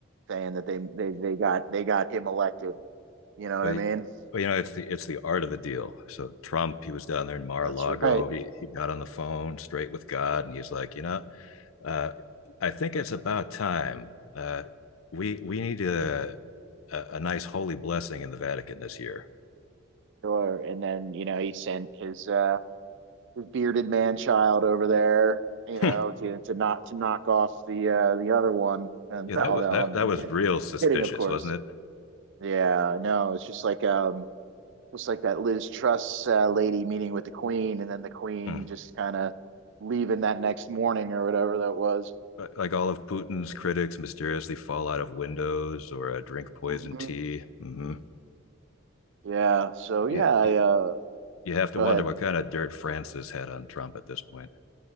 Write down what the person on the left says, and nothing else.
But,
but you know, it's the it's the art of the deal. So Trump, he was down there in Mar-a-Lago.
He he got on the phone straight with God, and he's like, you know, uh, I think it's about time. Uh, we we need a, a a nice holy blessing in the Vatican this year.
<laughs>
yeah,
that
was
that
that
was
real suspicious,
wasn't it?
Mm.
like all of Putin's critics mysteriously fall out of windows or uh, drink poison
tea. hmm
You,
you
you have to
wonder
what kind of dirt Francis had on Trump at this point.